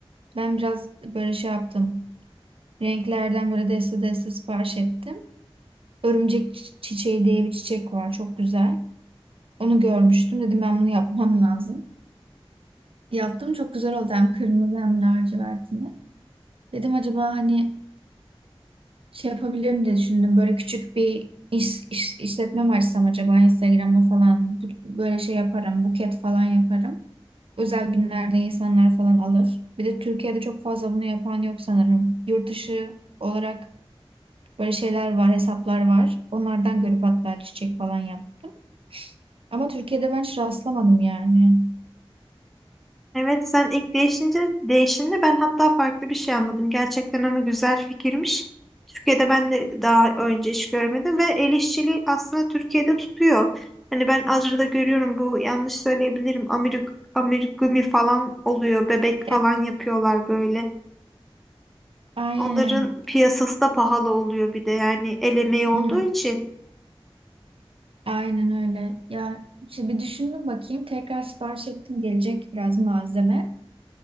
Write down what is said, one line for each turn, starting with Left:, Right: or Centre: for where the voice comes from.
Right: Ben biraz böyle şey yaptım. Renklerden böyle deste deste sipariş ettim. Örümcek çi- çiçeği diye bir çiçek var. Çok güzel. Onu görmüştüm. Dedim ben bunu yapmam lazım. Yaptım çok güzel oldu. Hem kırmızı hem lacivertini. Dedim acaba hani Şey yapabilirim diye düşündüm. Böyle küçük bir iş, iş- işletme mi açsam acaba Instagram'da falan Bu- böyle şey yaparım. Buket falan yaparım. Özel günlerde insanlar falan alır. Bir de Türkiye'de çok fazla bunu yapan yok sanırım. Yurt dışı olarak böyle şeyler var, hesaplar var. Onlardan görüp hatta çiçek falan yaptım. Ama Türkiye'de ben hiç rastlamadım yani.
Centre: Evet sen ilk değişince değişinde ben hatta farklı bir şey anladım. Gerçekten ama güzel fikirmiş. Türkiye'de ben de daha önce hiç görmedim ve el işçiliği aslında Türkiye'de tutuyor. Hani ben Azra'da görüyorum bu yanlış söyleyebilirim. Amerik amigurumi falan oluyor. Bebek falan
Right: Evet,
Centre: yapıyorlar böyle.
Right: aynen.
Centre: Onların piyasası da pahalı oluyor bir de yani el emeği olduğu
Right: Hı hı.
Centre: için.
Right: Aynen öyle. Ya işte bir düşündüm bakayım. Tekrar sipariş ettim. Gelecek biraz malzeme.